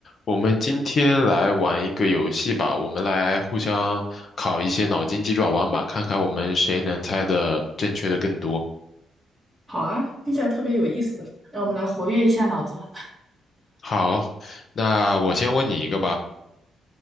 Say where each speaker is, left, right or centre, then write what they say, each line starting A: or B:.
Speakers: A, on the left; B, in the centre.
A: 我们今天来玩一个游戏吧，我们来互相考一些脑筋急转弯吧，看看我们谁能猜的正确的更多。
B: 好啊，听起来特别有意思，让我们来活跃一下脑子吧。
A: 好，那我先问你一个吧。